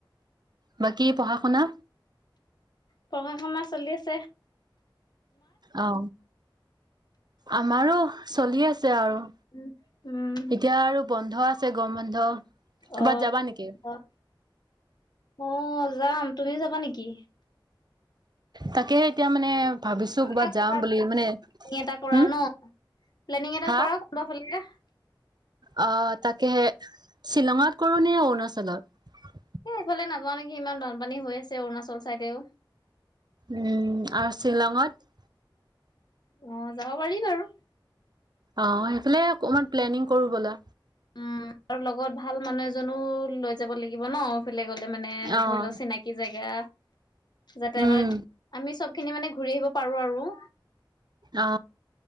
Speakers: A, on the right (about 55°); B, on the left (about 55°).
A: বাকী পঢ়া শুনা?
B: পঢ়া শুনা চলি আছ।
A: অ, আমাৰো চলি আছে। আৰু
B: উম। উম।
A: এতিয়া আৰু বন্ধ আছে গৰম বন্ধ। ক'ৰবাত
B: অ,
A: যাবা নেকি?
B: আহ, অ, যাম তুমিও যাবা নেকি?
A: তাকেহে এতিয়া মানে ভাবিছো
B: প্লেনিং
A: ক'ৰবাত যাম বুলি মানে
B: এটা কৰা
A: হম,
B: ন প্লেনিং এটা
A: হা
B: কৰা কোনোবা ফালে এ
A: অ, তাকেহে শ্বিলঙত কৰো নে অৰুণাচলত
B: এ এইফালে নাযাও নেকি ইমান বানপানী হৈ আছে অৰুণাচল চাইডেও।
A: উম, আৰু শ্বিলঙত।
B: অ, যাব পাৰি বাৰু।
A: অ, সেইফালে অকমান প্লেনিং কৰো বলা।
B: উম, আৰু লগত ভাল মানুহ এজনো লৈ যাব লাগিব ন। ক গ'লে মানে
A: অ',
B: ধৰি লওক চিনাকি জেগা। যাতে আমাৰ
A: উম,
B: আমি চব খিনি মানে ঘূৰি আহিব পাৰো আৰু।
A: অ